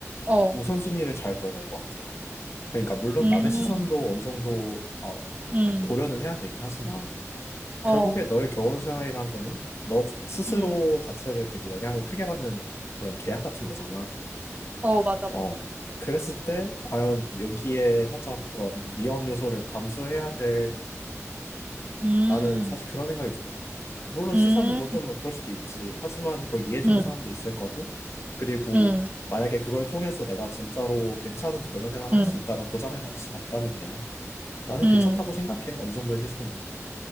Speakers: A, on the right; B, on the left.
A: 어,
B: 우선순위를 잘 둬야 될 것 같아. 그러니까 물론
A: 음,
B: 남의 시선도 어느 정도 어,
A: 음,
B: 고려는 해야 되긴 하지만
A: 어,
B: 결국에 너의 결혼 생활이란 거는 너 스스로
A: 음,
B: 자체를 되게 영향을 크게 받는 그런 계약 같은 거잖아.
A: 어, 맞아,
B: 어.
A: 맞아.
B: 그랬을 때 과연 여기에 살짝 그런 위험 요소를 감수해야 될까?
A: 음,
B: 나는 사실 그런 생각이 들어. 물론
A: 음,
B: 시선 뭐 좀 그럴 수도 있지. 하지만 그걸 이해해주는
A: 음,
B: 사람도 있을 거고. 그리고
A: 음,
B: 만약에 그걸 통해서 내가 진짜로 괜찮은 결혼 생활을
A: 음,
B: 할 수
A: 음.
B: 있다는 보장을 받을 수만 있다면야. 나는
A: 음.
B: 괜찮다고 생각해. 어느 정도의 시선은.